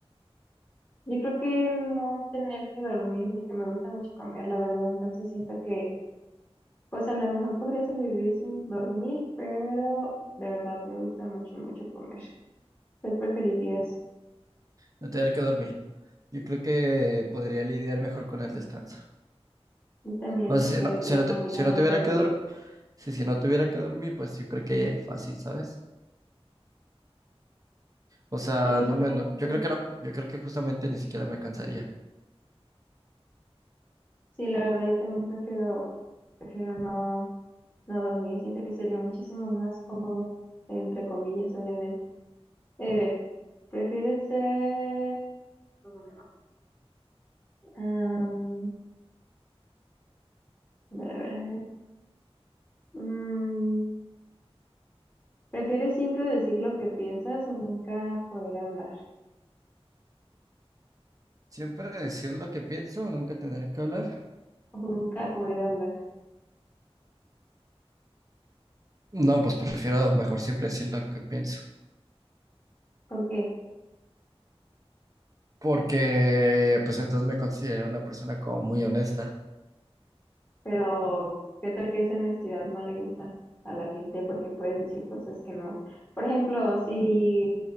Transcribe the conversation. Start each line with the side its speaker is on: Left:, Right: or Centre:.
Left: yo creo que no tener que dormir porque me gusta mucho comer, la verdad. Entonces siento que, pues a lo mejor podría sobrevivir sin dormir, pero de verdad me gusta mucho, mucho comer. ¿Qué preferirías?
Right: no tener que dormir. Yo creo que podría lidiar mejor con el descanso.
Left: Yo también
Right: O
Left: porque
Right: sea, si no,
Left: la
Right: si no,
Left: comida
Right: te- si
Left: no
Right: no tuviera
Left: podría.
Right: que dormir, si, si no tuviera que dormir, pues yo creo que fácil, ¿sabes? O sea,
Left: Sí, exactamente.
Right: no me, no- yo creo que no, yo creo que justamente ni siquiera me cansaría.
Left: Sí, la verdad, yo también prefiero, prefiero no, no dormir. Siento que sería muchísimo más cómodo, entre comillas, obviamente. A ver, ¿prefieres ser... oh, Bueno, no. Am, a ver, a ver, a ver. Mm, ¿prefieres siempre decir lo que piensas o nunca poder hablar?
Right: Siempre decir lo que pienso, nunca tener que hablar.
Left: O nunca poder hablar.
Right: No, pues prefiero mejor siempre decir lo que pienso,
Left: ¿Por qué?
Right: porque pues entonces me considero una persona como muy honesta.
Left: Pero, ¿qué tal que esa honestidad no le gusta a la gente? Porque puedes decir cosas que no. Por ejemplo, si